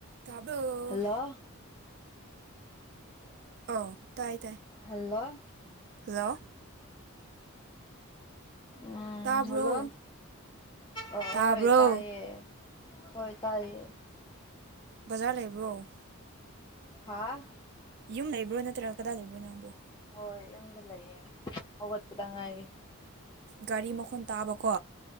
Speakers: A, on the right; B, on the left.
A: ꯇꯥꯕ꯭ꯔꯣ
B: ꯍꯜꯂꯣ
A: ꯑꯧ ꯇꯥꯏ ꯇꯥꯏ
B: ꯍꯜꯂꯣ <unintelligible>
A: ꯍꯜꯂꯣ
B: ꯎꯝ
A: ꯇꯥꯕ꯭ꯔꯣ
B: ꯍꯜꯂꯣ ꯑ
A: ꯇꯥꯕ꯭ꯔꯣ
B: ꯍꯣꯏ ꯇꯥꯏꯌꯦ ꯍꯣꯏ ꯇꯥꯏꯌꯦ
A: ꯕꯖꯥꯔ ꯂꯩꯕ꯭ꯔꯣ
B: ꯍꯥ
A: ꯌꯨꯝ ꯂꯩꯕ꯭ꯔꯣ ꯅꯠꯇ꯭ꯔꯒ ꯀꯗꯥꯏ ꯂꯩꯕ꯭ꯔꯣ ꯅꯪꯕꯣ꯫
B: ꯍꯣꯏ ꯌꯨꯝꯗ ꯂꯩꯌꯦ ꯍꯧꯒꯠꯄꯗ ꯉꯥꯏꯔꯤ꯫
A: ꯒꯥꯔꯤ ꯃꯈꯣꯟ ꯇꯥꯕꯀꯣ꯫